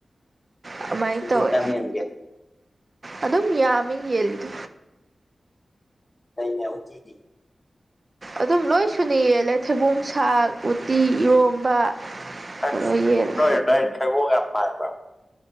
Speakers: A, on the right; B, on the left.
A: ꯑꯗꯨꯃꯥꯏꯅ
B: ꯈꯦꯆꯔꯤ
A: ꯇꯧꯋꯦ
B: ꯀꯌꯥꯝ ꯌꯦꯟ ꯒꯦ
A: ꯑꯗꯨꯝ ꯌꯥꯝꯃꯤ ꯌꯦꯜꯂꯤꯗꯣ
B: ꯑꯩꯅꯦ ꯎꯇꯤꯗꯤ
A: ꯑꯗꯨꯝ ꯂꯣꯏ ꯁꯨꯨꯅ ꯌꯦꯜꯂꯦ ꯊꯩꯕꯣꯡ ꯁꯥꯛ ꯎꯇꯤ ꯏꯔꯣꯝꯕ
B: ꯑꯁ
A: ꯂꯣꯏ ꯌꯦꯜꯂꯦ
B: ꯅꯣꯏ ꯑꯗꯥꯏ ꯊꯩꯕꯣꯡ ꯌꯥꯝ ꯄꯥꯟꯕ꯭ꯔꯣ